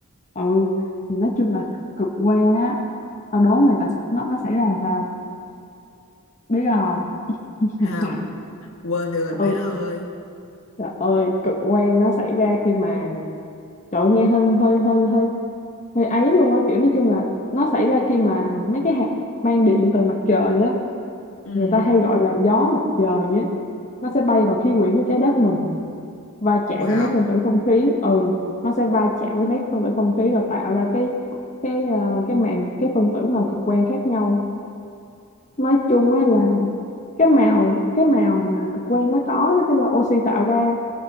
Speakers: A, on the left (about 35°); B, on the left (about 65°).
A: ừ thì nói chung là cực quan á tao đố mày tại sao nó nó xảy ra làm sao biết không <laughs>
B: không quên rồi mẹ
A: ừ
B: ơi
A: trời ơi cực quang nó xảy ra khi mà trời ơi, nghe hơi hơi hơi hơi hơi ấy luôn á kiểu nói chung là nó xảy ra khi mà mấy cái hạt mang điện từ mặt trời á
B: ừ
A: người ta hay gọi là gió mặt trời á nó sẽ bay vào khí quyển của trái đất mình va
B: wow
A: chạm với mấy phân tử không khí ừ nó sẽ va chạm với mấy phân tử không khí và tạo ra cái cái ờ, cái màng cái phân tử màu cực quang khác nhau nói chung á là cái màu cái màu mà cực quang nó có nó sẽ do oxy tạo ra